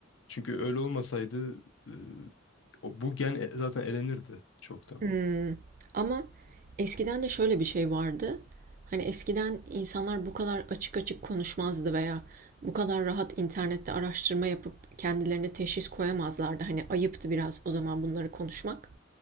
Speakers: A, on the left; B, on the right.
A: Çünkü öyle olmasaydı e, o bu gen e- zaten elenirdi çoktan.
B: Hımm. Ama eskiden de şöyle bir şey vardı. Hani eskiden insanlar bu kadar açık açık konuşmazdı veya bu kadar rahat internette araştırma yapıp kendilerine teşhis koyamazlardı. Hani ayıptı biraz o zaman bunları konuşmak.